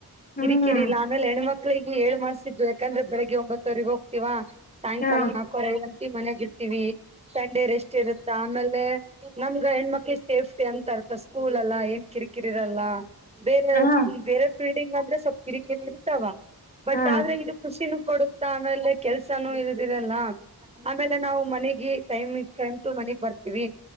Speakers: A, on the left (about 25°); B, on the right (about 15°).
A: ಹ್ಮ್
B: ಕಿರಿಕಿರಿ ಇಲ್ಲ ಆಮೇಲೆ ಹೆಣುಮಕ್ <unintelligible> ಮಕ್ಕಳಿಗೆ ಹೇಳ್ ಮಾಡ್ಸಿದ್ದು ಯಾಕಂದ್ರೆ ಬೆಳಗ್ಗೆ ಒಂಬತ್ತುವರಿಗಿ ಹೋಗ್ತೀವಾ ಸಾಯಂಕಾಲಾ
A: ಹಾ
B: ನಾಕುವರೆ ಮನ್ಯಾಗ ಇರ್ತೀವಿ ಸಂಡೆ ರೆಸ್ಟ್ ಇರುತ್ತಾ ಆಮೇಲೆ <inaudible> ನಮ್ಗ ಹೆಣ್ಮಕ್ಳಿಗೆ ಸೇಫ್ಟ ಎಂತರ್ಥ ಸ್ಕೂಲ್ ಎಲ್ಲಾ ಏನ್ ಕಿರಿಕಿರಿ ಇರಲ್ಲಾ ಬೇರೆ
A: ಹಾ
B: ಬೇರೆ ಫೀಲ್ಡಿಂಗ್ ಅಂದ್ರೆ ಸೊಪ್ ಕಿರಿಕಿರಿ ಇರ್ತಾವಾ ಬಟ್
A: ಹಾ
B: ಆದ್ರೆ ಇದು ಖುಷಿನು ಕೊಡುತ್ತಾ ಆಮೇಲೆ ಕೆಲ್ಸನೂ ಇರುದಿರಲ್ಲ ಆಮೇಲೆ ನಾವು ಮನಿಗಿ ಟೈಮಿಗ್ ಟೈಮ್ ಟು ಮನಿಗ್ ಬರ್ತೀವಿ